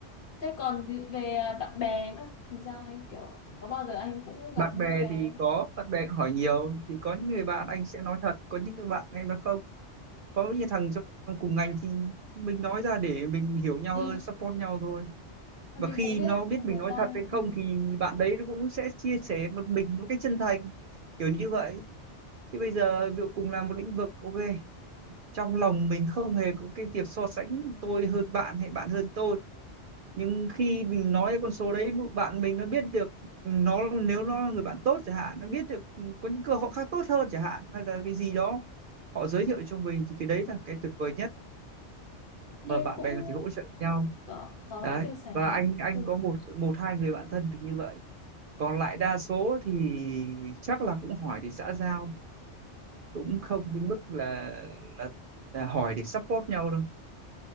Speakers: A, on the left; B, on the right.
A: Thế còn ví dụ về à, bạn bè nữa thì sao anh kiểu có bao giờ anh cũng gặp
B: bạn
A: những
B: bè
A: cái
B: thì có bạn bè hỏi nhiều thì có những người bạn anh sẽ nói thật có những người bạn em nói không có những thằng trong cùng ngành thì mình nói ra để mình hiểu nhau
A: ừ,
B: hơn support nhau thôi
A: mà
B: và
A: mình
B: khi
A: cũng biết
B: nó biết
A: là người
B: mình nói
A: ta
B: thật hay
A: ừ.
B: không thì bạn đấy nó cũng sẽ chia sẻ một mình một cách chân thành kiểu như vậy thì bây giờ ví dụ cùng làm một lĩnh vực ok trong lòng mình không hề có cái việc so sánh tôi hơn bạn hay bạn hơn tôi nhưng khi mình nói con số đấy bạn mình nó biết được nó nếu nó là người bạn tốt chẳng hạn nó biết được có những cơ hội khác tốt hơn chẳng hạn hay là cái gì đó họ giới thiệu cho mình thì cái đấy là cái tuyệt vời nhất mà
A: Em
B: bạn
A: cũng
B: bè có thể hỗ trợ nhau
A: có có
B: đấy
A: chia sẻ.
B: và anh anh
A: Ừ.
B: có một một hai người bạn thân được như vậy còn lại đa số thì chắc là cũng hỏi để xã giao cũng không đến mức là là, là hỏi để support nhau đâu